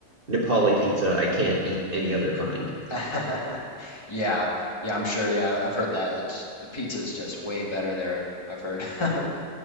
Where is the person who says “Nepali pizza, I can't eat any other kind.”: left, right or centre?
Right